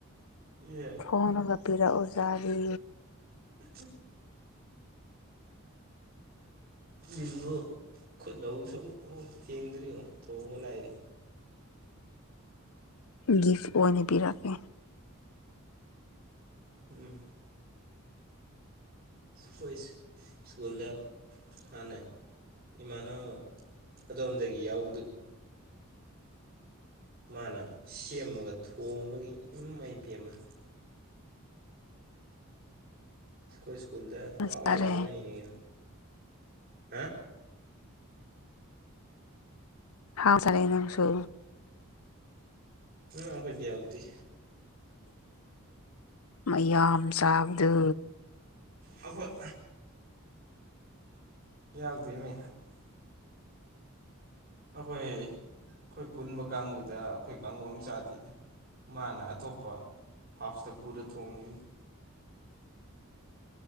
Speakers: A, on the right; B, on the left.
A: ꯑꯦ
B: ꯊꯣꯅꯒ ꯄꯤꯔꯛꯎꯖꯥꯔꯤ
A: ꯑ ꯜꯕꯨ ꯈꯨꯠꯅ ꯑꯃꯛꯁꯨ ꯑꯃꯨ ꯊꯦꯡꯗ꯭ꯔꯤꯉꯣ ꯊꯣꯡꯕ ꯂꯥꯏꯔꯤ
B: ꯒꯤꯐ ꯑꯣꯏꯅ ꯄꯤꯔꯛꯀꯦ
A: ꯎꯝ ꯍꯣꯏ ꯁ꯭ꯀꯨꯜꯗ ꯍꯥꯅ ꯏꯃꯥꯟꯅꯕ ꯑꯗꯣꯝꯗꯒꯤ ꯌꯥꯎꯕꯗꯨ ꯃꯥꯅ ꯁꯦꯝꯃꯒ ꯊꯣꯡꯕꯒꯤ ꯃꯥꯏ ꯄꯦꯝꯃꯦ ꯀ ꯁꯀꯨꯜꯗ ꯋꯥ
B: ꯆꯥꯔꯦ
A: ꯋꯥ ꯂꯥꯎꯅ ꯍꯒꯅ ꯍꯥ
B: ꯍꯥꯎ ꯆꯔꯦ ꯅꯪꯁꯨ
A: ꯎ ꯑꯩꯈꯣꯏ ꯂꯩꯎꯗꯤ
B: ꯃꯌꯥꯝ ꯆꯕꯗ
A: ꯑꯩꯈꯣꯏ ꯌꯥ ꯌꯥꯎꯗꯅꯦ ꯑꯩꯈꯣꯏ ꯑꯩꯈꯣꯏ ꯄꯨꯟꯕ ꯀꯥꯡꯒꯕꯨꯗ ꯑꯩꯈꯣꯏ ꯀꯥꯡ ꯑꯃ ꯆꯥꯗꯦꯗ ꯃꯥꯅ ꯑꯇꯣꯞꯄ ꯍꯥꯐꯇ ꯄꯔ ꯊꯣꯡꯅꯤ